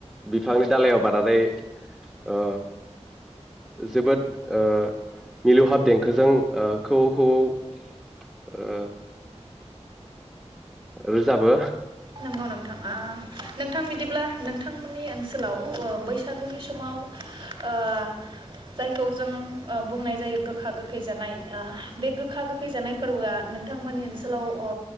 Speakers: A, in the centre; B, on the right.
A: बिफांनि दालायाव बानानै ओ जोबोद ओ मिलौहाब देंखोजों ओ खौवौ खौवौ ओ रोजाबो
B: नंगौ नोंथां ओ नोंथां बिदिब्ला नोंथांमोननि ओनसोलाव ओ बैसागुनि समाव ओ जायखौ जों ओ बुंनाय जायो गोखा गोखै जानाय ओ बे गोखा गोखै जानाय फोरबोआ नोंथांमोननि ओनसोलाव ओ